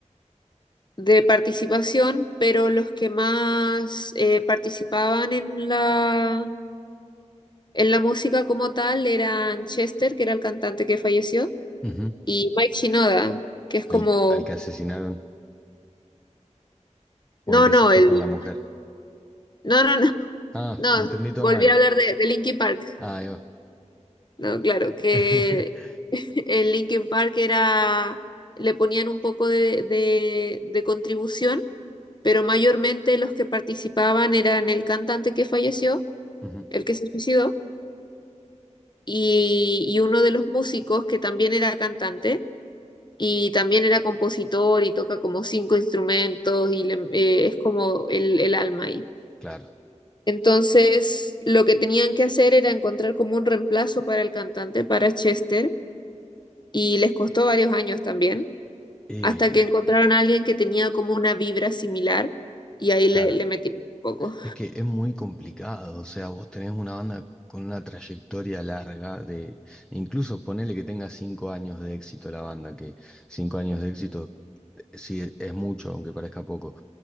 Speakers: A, on the left; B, in the centre.
A: de participación, pero los que más eh, participaban en la, en la música como tal eran Chester, que era el cantante que falleció,
B: Ujú.
A: y Mike Shinoda, que es
B: Al,
A: como...
B: al que asesinaron o
A: No,
B: el que
A: no,
B: se fue
A: el...
B: con la mujer.
A: No, no, no, <laughs>
B: Ah,
A: no,
B: entendí todo
A: volví
B: mal.
A: a hablar de, de Linkin Park.
B: Ah, ahí va.
A: No, claro, que
B: <laughs>
A: <laughs> en Linkin Park era, le ponían un poco de, de, de contribución, pero mayormente los que participaban eran el cantante que falleció,
B: Ujú,
A: el que se suicidó, y, y uno de los músicos que también era cantante y también era compositor y toca como cinco instrumentos y le- eh, es como el, el alma ahí.
B: Claro.
A: Entonces, lo que tenían que hacer era encontrar como un reemplazo para el cantante, para Chester y les costó varios años también,
B: Y
A: hasta
B: es-
A: que encontraron a alguien que tenía como una vibra similar y ahí le,
B: claro,
A: le metimos un poco.
B: Es que es muy complicado, o sea, vos tenés una banda con una trayectoria larga de, incluso ponele que tenga cinco años de éxito la banda, que cinco años de éxito eh, sí es mucho, aunque parezca poco.